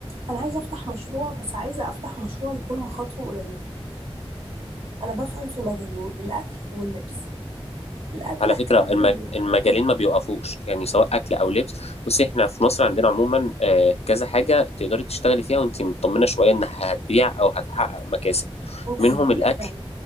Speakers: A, on the right; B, on the left.
A: انا عايزه افتح مشروع بس عايزه افتح مشروع يكون مخاطره قليله انا بفهم في مجالين الاكل واللبس الاكل
B: على
A: هتعمل
B: فكرة المج...
A: إيه؟
B: المجالين ما بيوقفوش يعني سواء أكل أو لبس بصي إحنا في مصر عندنا عموما آه، كذا حاجة تقدري تشتغلي فيها وأنت مطمنة شوية إنها هتبيع أو هتحقق مكاسب
A: انت
B: منهم
A: هتبيع
B: الأكل
A: فعلا